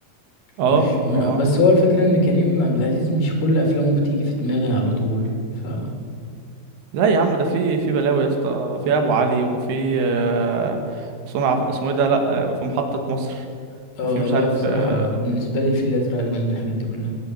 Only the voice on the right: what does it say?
اه
اه
لا يا عم ده في في بلاوي يا اسطى في ابو علي وفي آه، صنع اسمه ايه ده لا آه، في محطة مصر
وفي مش
عارف
آه،